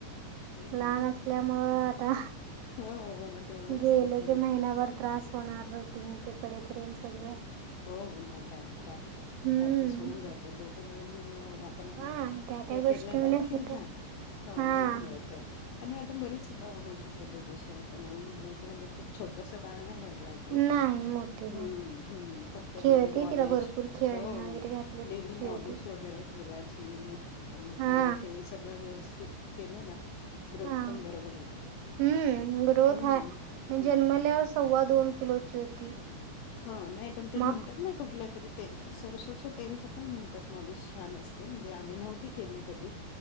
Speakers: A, on the left (about 80°); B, on the right (about 90°).
A: हम्म
B: लहान असल्यामुळ आता,
A: हो मग तेवढंच
B: गेले
A: तिचं
B: की महिनाभर त्रास होणार रूटीन ते पढेपर्यंत सगळं.
A: हो नाही, काय नाही, काय नाही
B: हम्म
A: ऍडजस्ट होऊन जाता दोघं मिळून आपण हम्म
B: हा त्या त्या
A: हे
B: गोष्टीमध्ये
A: केलं ना की
B: होते
A: हा हो
B: हा
A: होऊन जात. आणि आता बरीच मोठीे झालीये तशी आता नऊ महिन्याची म्हणजे खूप छोटस बाळ नाही राहील
B: नाही
A: ते.
B: मोठी झाली.
A: हम्म हम्म आता
B: खेळते
A: डेली मॉलीश,
B: तिला भरपूर खेळण्या
A: हो
B: वगैरे घातल्या
A: डेली
B: की खेळते.
A: मॉलिश वैगेरे वैगेरे तेलाची, आंघोळ
B: हा
A: हे सगळं व्यवस्थित केलं ना ग्रोथ
B: हा
A: पण बरोबर होते.
B: हम्म ग्रोथ
A: हम्म
B: हाय. मी
A: हम्म.
B: जन्मल्यावर सव्वा दोन किलोची होती.
A: हा नाही पण ते
B: म हा
A: म्हणतात ना कुठल्या तरी ते सरसोच्या तेलचं पण म्हणतात मॉलिश छान असत. ते म्हणजे आम्ही नव्हती केली कधी